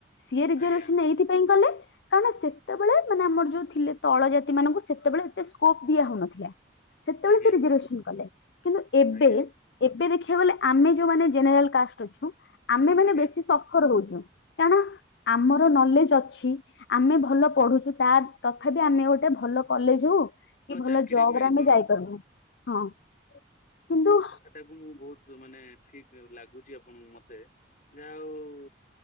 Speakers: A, on the left; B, on the left.
A: ସିଏ ରିଜର୍ଭସନ
B: ଆଜ୍ଞା
A: ଏଇଥିପାଇଁ କଲେ କାରଣ ସେତେବେଳେ ମାନେ ଆମର ଯୋଉ ଥିଲେ ତଳ ଜାତି ମାନଙ୍କୁ ସେତେବେଳେ ଏତେ ସ୍କୋପ ଦିଆ ହଉନଥିଲା। ସେତେବେଳେ
B: ଆଜ୍ଞା
A: ସେ ରିଜରଭେସନ କଲେ କିନ୍ତୁ ଏବେ
B: ଆଜ୍ଞା
A: ଏବେ ଦେଖିବାକୁ ଗଲେ ଆମେ ଯୋଉମାନେ ଜେନେରାଲ କାଷ୍ଟ ଅଛୁ ଆମେ ମାନେ
B: ଆଜ୍ଞା
A: ବେଶୀ ସଫର ହଉଛୁ। କାରଣ ଆମର ନଲେଜ ଅଛି। ଆମେ ଭଲ ପଢୁଛୁ ତା ତଥାପି ଆମେ ଗୋଟେ ଭଲ କଲେଜ ହଉ କି ଭଲ
B: ଚାକିରି
A: ଜବ
B: ମିଳିପାରୁନି
A: ରେ ଆମେ ଯାଇପାରୁନୁ ହଁ କିନ୍ତୁ
B: ସେଟାକୁ ମୁଁ ବହୁତ ମାନେ ଠିକ ଲାଗୁଛି ଆପଣଙ୍କୁ ମତେ ଯାହା ହଉ